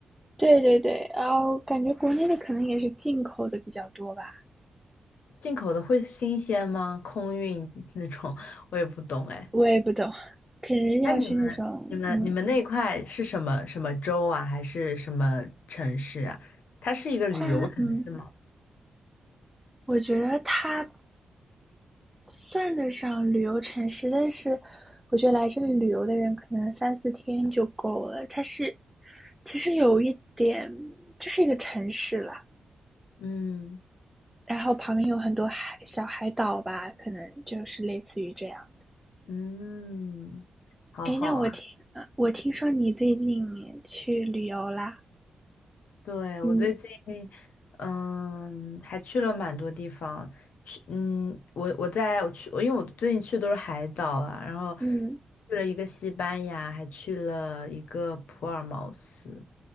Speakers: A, in the centre; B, on the left.
A: 对对对，然后感觉国内的可能也是进口的比较多吧，
B: 进口的会新鲜吗？空运那种，我也不懂哎。
A: 我也不懂，可能要去那种嗯，
B: 那你们、你们、你们那一块是什么什么州啊，还是什么城市啊？它是一个旅游城市吗？
A: 它嗯，我觉得它算得上旅游城市，但是我觉得来这里旅游的人可能三四天就够了。它是其实有一点，就是一个城市啦，
B: 嗯
A: 然后旁边有很多海小海岛吧，可能就是类似于这样的。
B: 嗯，好好啊。
A: 哎，那我听呃我听说你最近去旅游啦？
B: 对，
A: 嗯
B: 我最近，嗯，还去了蛮多地方。去，嗯，我我在我去，因为我最近去的都是海岛啊，然后
A: 嗯，
B: 去了一个西班牙，还去了一个普尔茅斯，